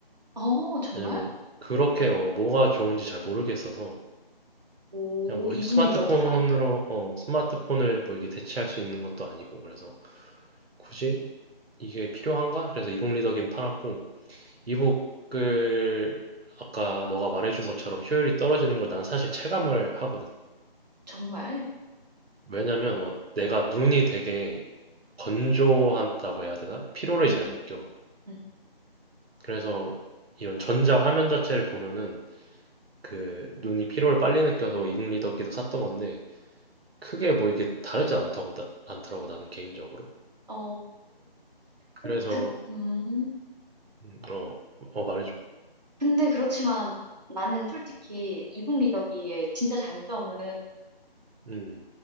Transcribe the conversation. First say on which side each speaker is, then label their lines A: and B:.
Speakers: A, on the right; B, on the right.
A: 어 정말?
B: 왜냐면 그렇게 어, 뭐가 좋은지 잘 모르겠어서
A: 오
B: 그냥 뭐
A: 이북
B: 스마트폰으로
A: 리더기가
B: 어, 스마트폰을 뭐 이게 대체할 수 있는 것도 아니고 그래서 굳이 이게 필요한가? 그래서 이북 리더기는 팔았고 이북을 아까 너가 말해준 것처럼 효율이 떨어지는 걸 난 사실 체감을 하거든.
A: 정말?
B: 왜냐면 어, 내가 눈이 되게 건조하다고 해야 되나? 피로를
A: 음,
B: 잘 느껴.
A: 음.
B: 그래서 이런 전자 화면 자체를 보면은 그 눈이 피로를 빨리 느껴서 이북 리더기도 샀던 건데 크게 뭐 이게 다르지 않다고 나- 않더라고 나는 개인적으로.
A: 어,
B: 그래서
A: 어, 그, 음.
B: 음, 어, 어 말해줘.
A: 근데 그렇지만 나는 솔직히 이북 리더기의 진짜 장점은
B: 음,